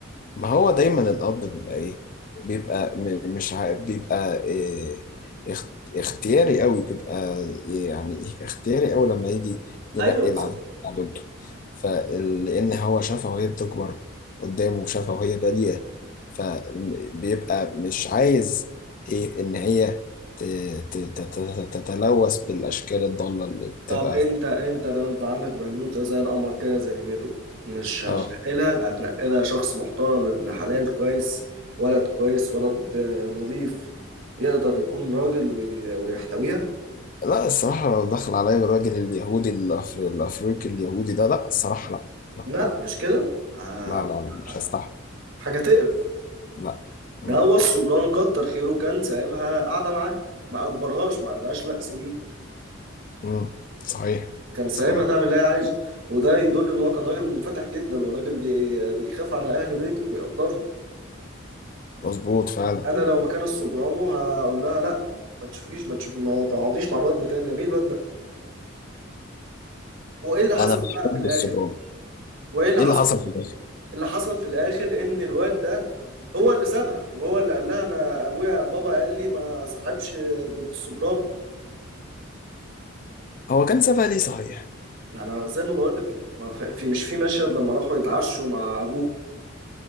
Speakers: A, on the left; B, on the right.
A: ما هو دايما الاب بيبقى ايه
B: مم.
A: بيبقى م- مش ع... بيبقى إيه اخت... اختياري قوي بيبقى إيه يعني ايه اختياري قوي لما يجي ينقي
B: ايوه بالظبط
A: العروسة بتاع بنته فلان هو شافها وهي بتكبر قدامه وشافها وهي بريئة فبيبقى مش عايز إيه ان هي ت... ت... تت- تتلوث بالاشكال الضالة اللي
B: طب
A: بتبقى
B: انت انت لو انت عندك بنوتة زي القمر كده زي ميدو مش هتنقلها
A: اه
B: هتنقلها شخص محترم ابن حلال كويس ولد كويس ولد آه، نظيف يقدر يكون راجل وي- ويحتويها
A: لا الصراحة لو دخل عليا الراجل اليهودي الأف- الأفريقي اليهودي ده لا الصراحة لا لا
B: لا مش كده آه،
A: لا لا, لا مش
B: آه،
A: هستحمل
B: حاجة تقرف
A: لا مم.
B: ده هو الصبران كتر خيره كان سايبها قاعدة معاه ما أجبرهاش ما قالهاش لا سيبيه
A: مم. صحيح
B: كان سايبها
A: صحيح
B: تعمل اللي هي عايزه وده يدل إن هو كان راجل منفتح جدا وراجل بي- بيخاف على أهل بيته وبيقدرهم
A: مظبوط فعلا
B: انا لو مكان السوبرانو هقول لها لا ما تشوفيش ما تشوفي ما تقعديش مع الواد ده تاني يا مين الواد ده وايه اللي حصل
A: أنا بحب
B: بقى في الاخر
A: السوبرانو
B: وايه اللي
A: إيه
B: حصل
A: اللي حصل في الآخر؟
B: اللي حصل في الاخر ان الواد ده هو اللي سابها وهو اللي قال لها انا ابويا بابا قال لي ما صاحبش بنت السوبرانو
A: هو كان سابها ليه صحيح؟
B: انا زي ما بقول لك كده ما في في- مش في مشهد لما راحوا يتعشوا مع ابوه